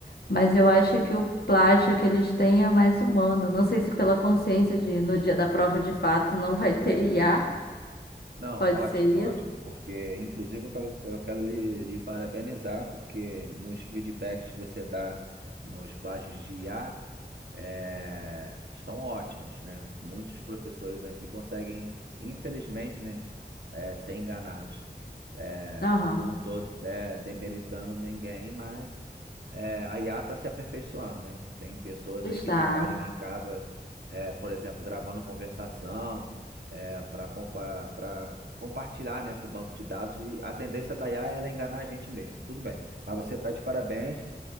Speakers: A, on the left; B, on the right.
A: mas eu acho que o plágio que eles têm é mais humano. Não sei se pela consciência de no dia da prova de fato não vai ter
B: é.
A: IA,
B: Não,
A: pode
B: ótimo,
A: ser isso.
B: ótimo, porque inclusive eu quero, eu quero lhe, lhe parabenizar, porque nos feedbacks que você dá nos plágios de IA é, estão ótimos, né? Muitos professores aqui conseguem, infelizmente, né, é, ser enganados. É,
A: Aham,
B: não estou demeritando ninguém, mas é, a IA está se aperfeiçoando, né? Tem pessoas
A: está.
B: aí que trabalham em casa, é, por exemplo, gravando conversação é, para compa para compartilhar, né, com o banco de dados e a tendência da IA é ela enganar a gente mesmo. Tudo bem. Mas você está de parabéns